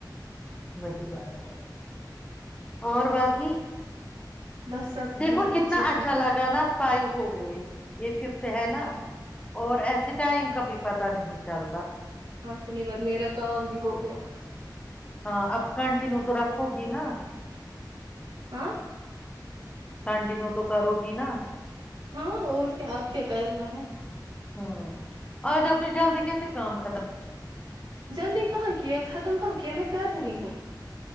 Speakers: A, on the left; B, on the right.
A: وہی بات ہے اور باقی
B: بس سب
A: دیکھو
B: ٹھیک
A: کتنا
B: اچھے
A: اچھا
B: سے
A: لگا نا فائیو ہو گئے یہ ففٹی ہے نا اور ایسے ٹائم کا بھی پتا نہیں چلتا
B: صحی بات میرا کام بھی ہو گیا
A: ہاں اب کنٹینو تو رکھو گی نا
B: آ
A: کنٹینیو تو کرو گی نا
B: ہاں اور کیا آپ کیا کرنا ہے ہ
A: ہوں آج اپنی جلدی کیسے کام خطم
B: جلدی کہاں کیا ختم کہاں کیا میں کر رہی ہاں